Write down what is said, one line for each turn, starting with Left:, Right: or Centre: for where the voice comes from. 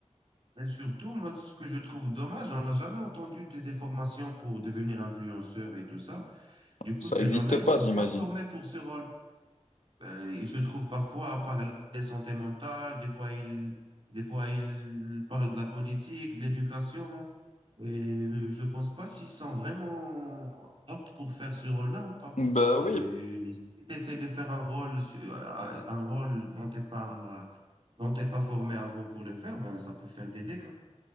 Right: Et surtout, moi, ce que je trouve dommage, on n'a jamais entendu de, des formations pour devenir influenceur et tout ça. Du coup,
Left: Ça
Right: ces
Left: n'existe
Right: gens-là, ils
Left: pas,
Right: ne sont
Left: j'imagine.
Right: pas formés pour ce rôle. Ben, ils se trouvent parfois à parler de santé mentale, des fois ils, des fois ils parlent de la politique, de l'éducation. Et je pense pas s'ils sont vraiment aptes pour faire ce rôle-là ou pas.
Left: Bah
Right: Et
Left: oui,
Right: si tu essaies de faire un rôle, su- euh, un rôle dont t'es pas, dont t'es pas formé avant pour le faire, ben, ça peut faire des dégâts.